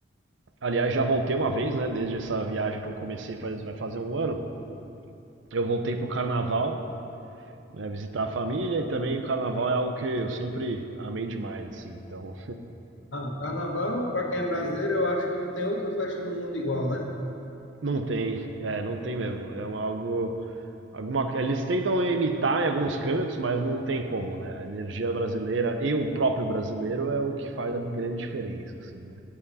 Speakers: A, on the right; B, on the left.
A: Aliás, já voltei uma vez, né? Desde essa viagem que eu comecei faz, vai fazer um ano. eu voltei pro carnaval, né, visitar a família e também o carnaval é algo que eu sempre amei demais, assim, então
B: Ah, carnaval, para quem é brasileiro, eu acho que não tem outra festa no mundo igual, né?
A: <laughs> não tem, é, não tem mesmo, é um algo, alguma, eles tentam imitar em alguns cantos, mas não tem como, né, a energia brasileira e o próprio brasileiro é o que faz a grande diferença, assim, né.